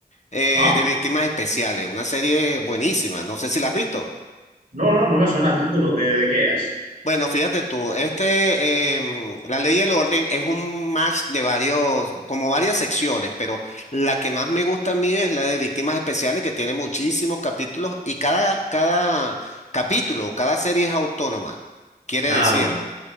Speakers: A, on the left (about 45°); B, on the right (about 55°).
A: eh,
B: ¿Ah?
A: de Víctimas Especiales. Una serie buenísima, no sé si la has visto.
B: No, no, no me suena el título. ¿De, de qué es?
A: Bueno, fíjate tú, este, em, la ley y el orden es un match de varios, como varias secciones, pero la que más me gusta a mí es la de víctimas especiales, que tiene muchísimos capítulos y cada, cada capítulo o cada serie es autónoma. Quiere
B: Ah,
A: decir,
B: vale.